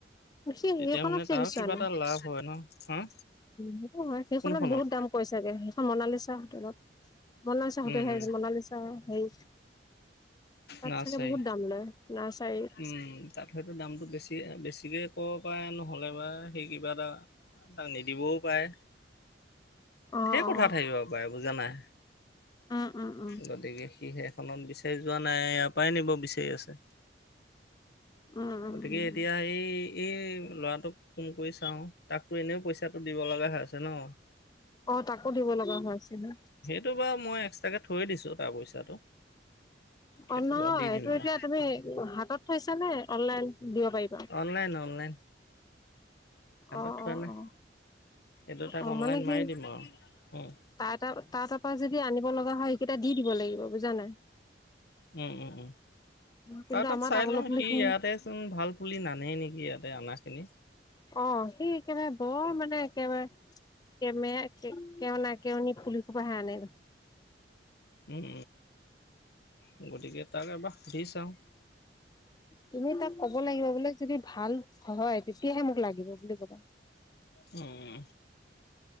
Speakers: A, on the left; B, on the left.
A: সি
B: তেতিয়া
A: সেইখনত
B: মানে
A: কিয়
B: তাৰো
A: বিচৰা
B: কিবা
A: নাই
B: এটা লাভ হয় ন।
A: সেইটো হয় সেইখনত
B: কোনখনত
A: বহুত দাম পৰিছেগে। সেইখন মনালিচা হোটেলত। বনালিচাহঁতে
B: উম
A: সে
B: উম
A: বনালিচা হ, হেৰি তাত
B: নাৰ্চাৰী
A: চাগে বহুত দাম লয়। নাৰচাৰী।
B: উম, তাত হয়তো দামটো বেছি, বেছিকে ক'ব পাৰে নহ'লে বা সেই কিবা এটা তাক নিদিবও পাৰে।
A: অ
B: ধেৰ
A: অ
B: কথা থাকিব পাৰে বুজা নাই।
A: উম উম উম
B: গতিকে সি সেইখনত বিচাৰি যোৱা নাই ইয়াৰ পৰাই নিব বিচ আছে
A: উম উম
B: গতিকে
A: উম
B: এতিয়া এই, এই ল'ৰাটোক ফোন কৰি চাও তাকো এনেও পইচাটো দিব লগা হৈছে ন।
A: অ, তাকো দিব লগা হৈ আছিলে।
B: সিটো বাৰু মই এক্সট্ৰাকৈ থৈ দিছোঁ তাৰ পইচাটো। সেইটো
A: অ, নহয়
B: বাৰু দি
A: এইটো
B: দিম বাৰু
A: এতিয়া তুমি হাতত থৈছা নে অনলাইন দিব পাৰিবা।
B: Online, online. হাতত
A: অ',
B: থোৱা
A: অ',
B: নাই
A: অ',
B: সেইটো তাক
A: অ',
B: অনলাইন
A: মানে কি?
B: মাৰি দিম আৰু উম
A: তাৰ, তাৰ পৰা যদি আনিব লগা হয় সেইকেইটা দি দিব লাগিব বুজা নাই।
B: উম, উম, উম।
A: কিন্তু
B: তাত, তাত
A: আমাৰ
B: চাই
A: তামোলৰ
B: লওঁ
A: পুলি
B: সি
A: খিনি
B: ইয়াতে চোন ভাল পুলি নানেই নেকি ইয়াতে অনা খিনি
A: অ, সি একেবাৰে বৰ মানে একেবাৰে কেমে, কেউনা, কেউনি পুলি সপাহে আনে।
B: উম, উম, গতিকে তাক এবাৰ সুধি চাও।
A: তুমি তাক ক'ব লাগিব বোলে যদি ভাল হয় তেতিয়াহে মোক লাগিব বুলি ক'বা।
B: উম।